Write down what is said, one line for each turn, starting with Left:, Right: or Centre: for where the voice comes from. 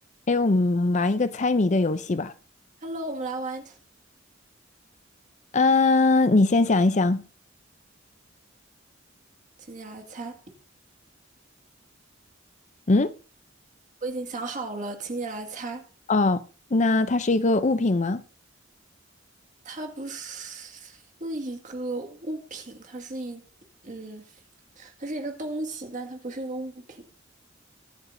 Left: 哎，我们玩一个猜谜的游戏吧。
Right: Hello，我们来玩
Left: 嗯，你先想一想。
Right: 请你来猜。
Left: 嗯，
Right: 我已经想好了，请你来猜。
Left: 哦，那它是一个物品吗？
Right: 它不是一个物品，它是一，嗯，它是一个东西，但它不是一个物品。